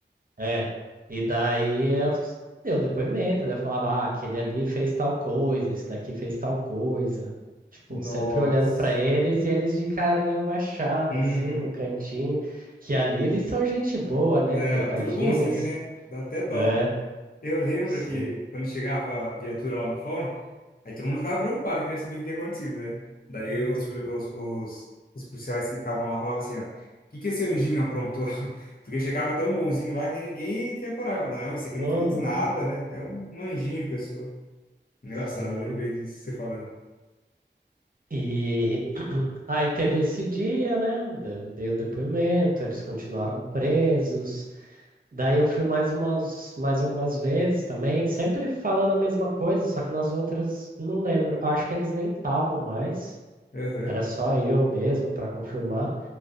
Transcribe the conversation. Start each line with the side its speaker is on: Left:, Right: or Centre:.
Right: é, e daí eu s- deu depoimento, daí eu falava, ah, aquele ali fez tal coisa, esse daqui fez tal coisa. Tipo,
Left: Nossa.
Right: sempre olhando pra eles e eles de carinha baixada,
Left: Uhum.
Right: assim, no cantinho. Que ali eles são gente boa, né,
Left: Não,
Right: coitadinhas.
Left: tudo bonzinho, né? Dá até dó.
Right: É,
Left: Eu lembro
Right: sim.
Left: que quando chegava a viatura lá no fórum, aí todo mundo ficava preocupado, queria saber o que tinha acontecido, né? Daí os, os, os, os policiais que ficavam lá falavam assim, ó, o que que esse anjinho aprontou? <laughs> Porque chegava tão bonzinho lá que ninguém tinha coragem. Não, esse aqui
Right: Uhum,
Left: não fez nada, né? É um um anjinho de pessoa. Engraçado,
Right: sim.
Left: eu lembrei disso, você falando.
Right: E <clears throat> aí teve esse dia, né? de- Dei o depoimento, eles continuaram presos. Daí eu fui mais umas, mais algumas vezes também, sempre falando a mesma coisa, só que nas outras não lembro. Acho que eles nem estavam mais.
Left: Aham.
Right: Era só eu mesmo para confirmar.